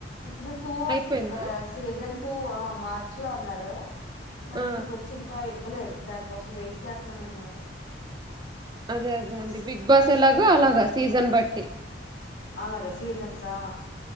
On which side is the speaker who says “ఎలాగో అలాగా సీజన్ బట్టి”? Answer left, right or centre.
Right